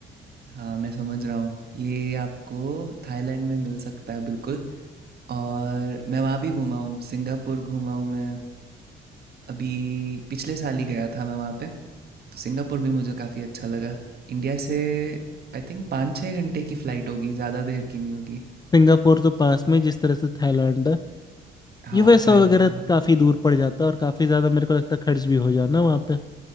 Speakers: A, on the right; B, on the left.
A: हाँ मैं समझ रहा हूँ ये आपको थाईलैंड में मिल सकता है बिल्कुल और मैं वहाँ भी घूमा हूँ सिंगापुर घूमा हूँ मैं अभी पिछले साल ही गया था मैं वहाँ पे तो सिंगापुर भी मुझे काफ़ी अच्छा लगा इंडिया से आई थिंक पाँच छः घंटे की फ़्लाइट होगी ज़्यादा देर की नहीं होगी
B: सिंगापुर तो पास में जिस तरह से थाईलैंड है
A: हाँ
B: यूएस
A: थाईलैंड
B: वगैरह
A: में
B: काफी दूर पड़ जाता है और काफी ज्यादा मेरे को लगता है खर्च भी हो जाना वहाँ पे